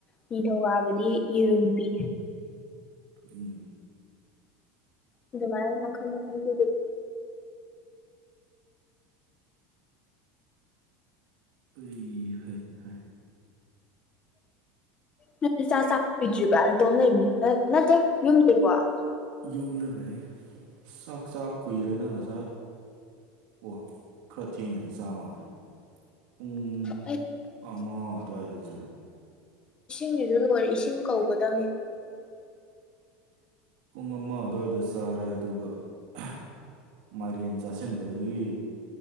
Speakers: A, on the left; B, on the right.
A: ꯅꯤꯡꯊꯧꯀꯥꯕꯗꯤ ꯌꯦꯔꯨꯝ ꯄꯤ
B: ꯎꯝ
A: ꯑꯗꯨꯃꯥꯏꯅ ꯃꯈꯟ ꯃꯈꯟ ꯄꯤꯗꯣꯏꯕ
B: ꯑꯩ ꯍꯩ ꯍꯥ
A: ꯅꯪ ꯆꯥ ꯆꯥ ꯂꯣꯏꯗ꯭ꯔꯤꯕ ꯅꯇꯣꯝ ꯂꯩꯕꯅꯤ ꯅꯠꯇꯦ ꯌꯨꯝ ꯂꯩꯀꫭ
B: ꯌꯨꯝꯗ ꯂꯩ ꯆꯥꯛ ꯆꯥ ꯀꯨꯏꯔꯦꯗ ꯉꯁꯥꯏ ꯑꯣ ꯈꯔ ꯊꯦꯡꯅꯗꯤ ꯆꯥ ꯃꯥꯟꯂꯦ ꯄꯨꯡ
A: ꯑꯩ
B: ꯑꯃꯥ ꯑꯗꯨꯋꯥꯏꯗꯒ ꯆꯥꯏ
A: ꯏꯁꯤꯡꯖꯤꯖꯨ ꯂꯣꯏꯔꯦ ꯏꯁꯤꯡ ꯀꯧꯒꯗꯝꯅꯤ
B: ꯄꯨꯡ ꯑꯃ ꯑꯗꯨꯋꯥꯏꯗ ꯆꯥꯔꯦ ꯑꯗꯨꯒ <unintelligible> ꯃꯥꯏꯔꯦꯟ ꯆꯥꯁꯤꯟꯕꯗꯒꯤ